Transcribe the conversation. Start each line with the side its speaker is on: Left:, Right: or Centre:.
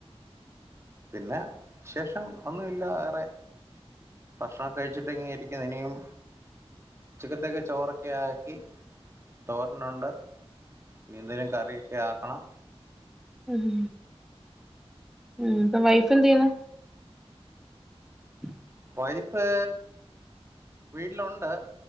Right: പിന്നെ വിശേഷം ഒന്നുമില്ല വേറെ ഭക്ഷണം ഒക്കെ കഴിച്ചിട്ട് ഇങ്ങിരി ഇനിയും ഉച്ചക്കത്തേക്ക് ചോറൊക്കെ ആക്കി തോരനുണ്ട് ഇനി എന്തേലും കറിയൊക്കെ ആക്കണം
Centre: ഉം ഉം ഇപ്പൊ വൈഫ് എന്തു ചെയ്യുന്നു <unintelligible>
Right: വൈഫ് വീട്ടിലുണ്ട്